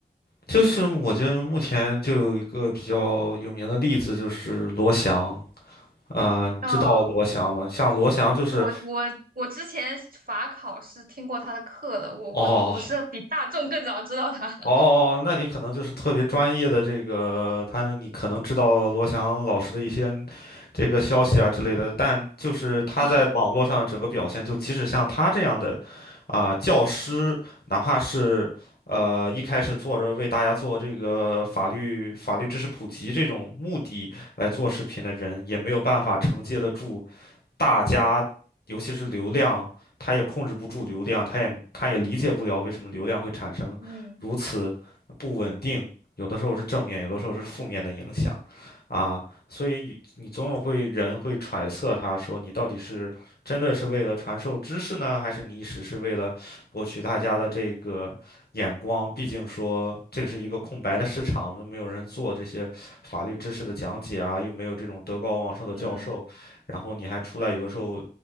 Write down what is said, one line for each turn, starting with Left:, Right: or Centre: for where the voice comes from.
Left: 就是我觉得目前就有一个比较有名的例子，就是罗翔。啊、你知道罗翔吗？
Right: 嗯。
Left: 像罗翔就是
Right: 我我我之前法考是听过他的课的，我我我是比大众更早知道他。
Left: 哦
Right: <laughs>
Left: 哦，哦那你可能就是特别专业的这个，他你可能知道罗翔老师的一些这个消息啊之类的，但就是他在网络上整个表现，
Right: 嗯
Left: 就即使像他这样的啊、教师，哪怕是呃一开始做着为大家做这个法律法律知识普及这种目的来做视频的人，也没有办法承接得住。大家，尤其是流量，他也控制不住流量，他也他也理解不了为什么流量会产生如此不稳定，
Right: 嗯
Left: 有的时候是正面，有的时候是负面的影响，啊，所以你总有会人会揣测他说你到底是真的是为了传授知识呢，还是你只是为了博取大家的这个眼光？毕竟说这个是一个空白的市场，都没有人做这些法律知识的讲解啊，又没有这种德高望重的教授。
Right: 嗯
Left: 然后你还出来有的时候